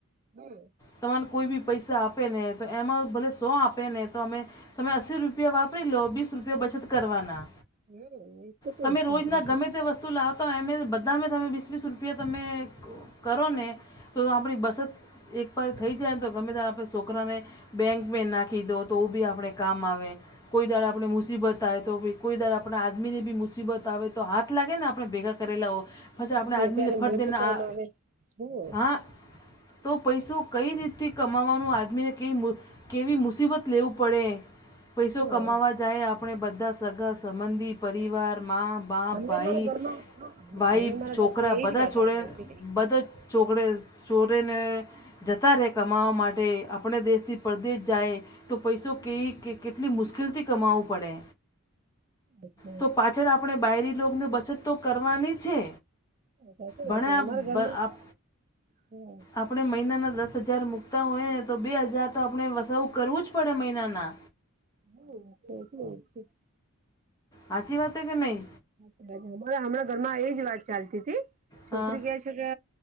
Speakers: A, on the right; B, on the left.
A: હમ
B: ત મને કોઈ બી પૈસા આપે ને તો એમાં ભલે સો આપે ને તો અમે તમે અસી રૂપિયા વાપરી લો બીસ રૂપિયા બચત કરવાના
A: હું હમ તો કેવું
B: તમે રોજના ગમેતે
A: છે
B: વસ્તુ લાવતા હો એમે બધા તમે વીસ વીસ રૂપિયા તમે કરો ને તો આપણી બસત એકવાર થઈ જાયને તો ગમે ત્યારે આપણે સોકરાને બેંક મે નાખીધો તો બી આપણે કામ આવે કોઈ દાડે આપણે મુસીબત આયે તો ભી કોઈ દારે આપણે આદમીની બી મુસીબત આવે તો હાથ લાગે ને આપણેે ભેગા કરેલા હોય પછી આપણે
A: અને
B: આદમીને
A: ત્યારે
B: ફટ
A: મોટું
B: દઈ ને
A: કામ
B: આ
A: આવે હમ
B: આ તો પૈસો કઈ રીતથી કમાવાનું આદમીને કેવી મુ કેવી મુસીબત લેવુ પડે. પૈસો
A: હા
B: કમાવા જાય આપણે બધા સગા સંબંધી પરિવાર માં બાપ
A: હમને
B: ભાઈ
A: મારા ઘરમાં હમણા
B: ભાઈ
A: મારા
B: છોકરા
A: ઘરમાં એજ
B: બધા
A: વાત
B: જોડે
A: ચાલતી
B: બધો જ ચોકડે ચોરેને જતા રહે કમાવા માટે આપણે દેશથી પરદેશ જાય તો પૈસો કે કે કેટલી મુશ્કેલથી કમાવું પડે.
A: અ <unintelligible> ચા
B: તો પાછળ આપણે બાયરી લોગને બશ બચત તો કરવાની છે
A: સાચી
B: ભણે
A: વાત છે
B: આપ
A: અમારા ઘરમાં
B: આપ
A: હમ
B: આપણે મહિનાના દસ હજાર મુકતા હોય તો બે હજાર તો આપણે વસવું કરવું જ પડે મહિનાના
A: હવ હું તો <unintelligible>
B: હાચી વાત હે કે નહી
A: હમણાં હમણાં ઘર માં એજ વાત ચાલતી હતી છોકરી
B: હા
A: કે છે તે કે